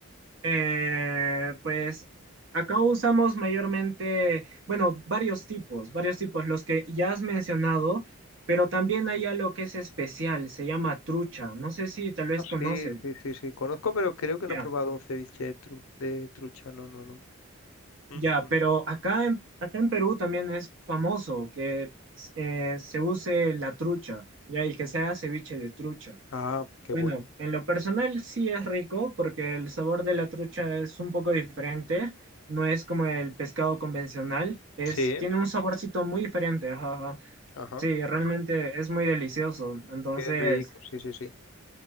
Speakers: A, on the right (about 60°); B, on the left (about 75°).
A: Eh, pues acá usamos mayormente, bueno, varios tipos, varios tipos, los que ya has mencionado, pero también hay algo que es especial, se llama trucha, no sé si tal vez conoces.
B: Sí, sí, sí, sí. Conozco, pero creo que no
A: ya.
B: he probado un ceviche de, tru- de trucha. No, no, no. Mm,
A: Ya,
B: mm.
A: pero acá en, acá en Perú también es famoso que eh, se use la trucha, ya, y que sea ceviche de trucha.
B: Ah, qué
A: Bueno,
B: bueno.
A: en lo personal sí es rico porque el sabor de la trucha es un poco diferente, no es como el pescado convencional, es,
B: Sí,
A: tiene
B: ¿eh?
A: un saborcito muy diferente, ajá, ajá.
B: Ajá.
A: Sí, realmente es muy delicioso. Entonces,
B: Qué rico. Sí, sí, sí.